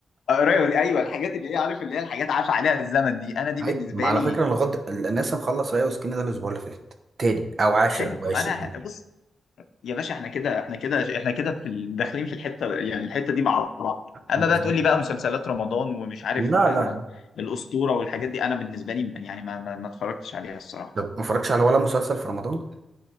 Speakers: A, on the left; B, on the right.
A: قريب- ايوه الحاجات اللي هي عارف اللي هي الحاجات عاش عليها الزمن دي انا دي
B: هاي
A: بالنسبه
B: ما على
A: لي
B: فكرة انا غد الناس مخلص ريا وسكينة ده الاسبوع اللي فات تاني او عشرة
A: حلو
B: او عشرين
A: انا ح- بص يا باشا احنا كده احنا كده احنا كده في ال- داخلين في الحته يعني الحته دي مع بعض اما
B: بالظبط.
A: بقى تقول لي بقى مسلسلات رمضان ومش عارف
B: لا
A: آه،
B: لا
A: الاسطوره والحاجات دي انا بالنسبه لي يعني ما ما ما اتفرجتش عليها الصراحه
B: طب ما اتفرجتش على ولا مسلسل في رمضان